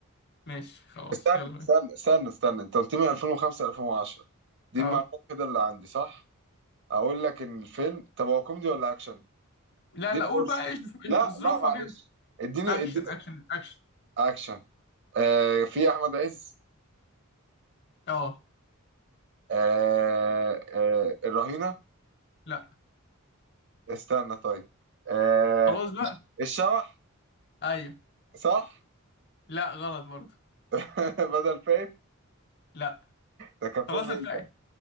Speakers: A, on the left; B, on the right.
A: ماشي خلاص
B: استنى
A: يلا بينا
B: استنى استنى استنى انت قلت لي 2005 2010 دي
A: اه
B: المعلومات كده اللي عندي صح اقول لك ان الفيلم طب هو كوميدي ولا اكشن
A: لا
B: اديني
A: لا قول
B: فرصه
A: بقى ايش إيش-
B: لا
A: ظروفها
B: لا معلش
A: كده
B: اديني
A: اكشن
B: اديني
A: اكشن اكشن
B: اكشن آه في احمد عز
A: اه
B: آه آه الرهينه
A: لا
B: استنى طيب آه
A: خلاص بقى
B: الشبح
A: ايوه
B: صح
A: لا غلط برضه
B: <laughs> بدل فايت
A: لا
B: ده كان فيلم
A: خلاص الفاعل
B: ايه ده